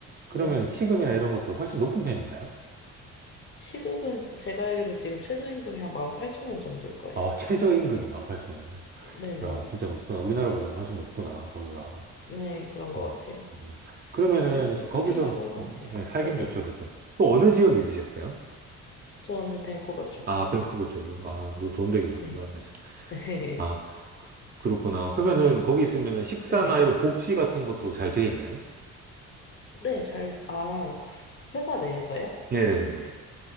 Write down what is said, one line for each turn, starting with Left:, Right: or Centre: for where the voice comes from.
Right: 그러면
Left: 네네.
Right: 시금이나 이런 것도 훨씬 높은 편인가요?
Left: 시급은 제가 알기로 지금 최저임금이 한 18,000원 정도일 거예요.
Right: 아, 최저임금이 18,000원이요?
Left: 네네.
Right: 야, 진짜 높구나. 우리나라보다는 훨씬 높구나, 거기가.
Left: 네, 그런 것
Right: 음,
Left: 같아요.
Right: 음. 그러면은
Left: 그래서
Right: 시-
Left: 살기
Right: 거기서
Left: 좋은 것
Right: 음,
Left: 같아요.
Right: 네, 살긴
Left: 네네.
Right: 좋죠, 그죠? 또 어느 지역에 있으셨어요?
Left: 저는 밴쿠버 쪽이요.
Right: 아, 밴쿠버 쪽이요? 아, 너 좋은 데 계셨구나,
Left: 네.
Right: 사실.
Left: <laughs>
Right: 아, 그- 그렇구나. 그러면은 거기 있으면은 식사나
Left: 네네.
Right: 이런 복지 같은 것도 잘 돼 있나요?
Left: 네, 잘, 아, 회사 내에서요?
Right: 네네네네.